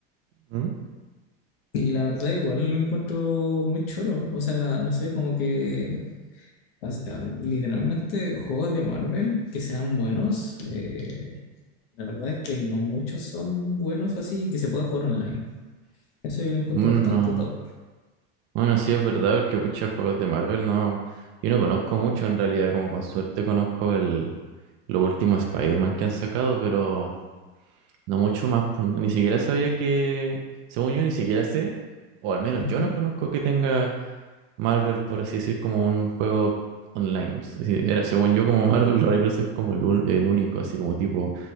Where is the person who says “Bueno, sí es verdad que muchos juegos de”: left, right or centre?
Right